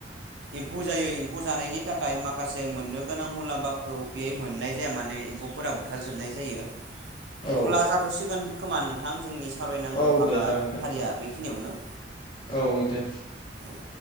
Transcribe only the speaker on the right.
एम्फौ जायो एम्फौ जानायनि थाखाय माखासे जे मोननो गोनां मुलाम्फाखौ बे मोननाय जाया माने एम्फौफोरा बुथारजोबनाय जायो।
अब्ला जाथसिगोन खोमा नों बिथां जोंनि सावरायनांगौ
हाबा
फारिया बेखिनियावनो।
औ